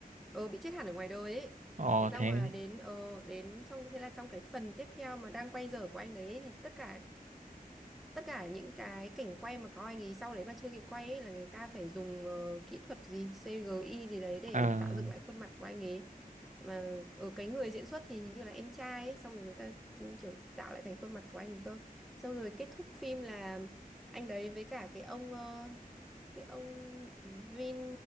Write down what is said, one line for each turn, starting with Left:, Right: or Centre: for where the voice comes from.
Centre: ờ, bị chết hẳn ở ngoài đời ấy
Right: ờ
Centre: thế xong
Right: thế
Centre: mà
Right: đi
Centre: đến ờ đến trong thế là trong cái phần tiếp theo mà đang quay dở của anh đấy thì tất cả tất cả những cái cảnh quay mà có anh ấy sau đấy mà chưa kịp quay ấy là người ta phải dùng ờ, kỹ thuật gì CGI gì đấy để
Right: Ờ,
Centre: tạo dựng lại khuôn mặt của anh ấy mà ở cái người diễn xuất thì hình như là em trai ấy, xong rồi người ta cũng kiểu tạo lại thành khuôn mặt của anh ấy cơ xong rồi kết thúc phim là anh đấy với cả cái ông ờ, cái ông Vin